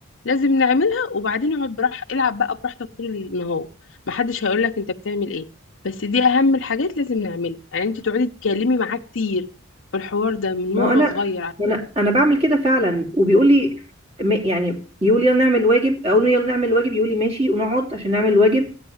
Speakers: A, on the left (about 60°); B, on the right (about 30°).
A: لازم نعملها وبعدين اقعد براح العب بقى براحتك طول النهار محدش هيقول لك انت بتعمل ايه بس دي اهم الحاجات لازم نعملها يعني انت تقعدي تتكلمي معاه كتير في الحوار ده من
B: ما
A: هو
B: هو انا
A: صغير عشان
B: انا انا بعمل كده فعلا وبيقول لي م- يعني يقول يلا نعمل الواجب اقول له يلا نعمل الواجب يقول لي ماشي ونقعد عشان نعمل الواجب